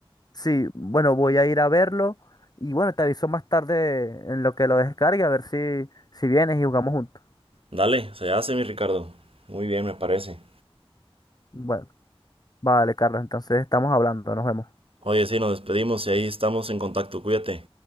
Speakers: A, on the left; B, on the right.
A: sí, bueno, voy a ir a verlo. Y bueno, te aviso más tarde en lo que lo descargue, a ver si, si vienes y jugamos juntos.
B: Dale, se hace mi Ricardo. Muy bien, me parece.
A: Bueno, vale, Carlos, entonces estamos hablando, nos vemos.
B: Oye, sí, nos despedimos y ahí estamos en contacto. Cuídate.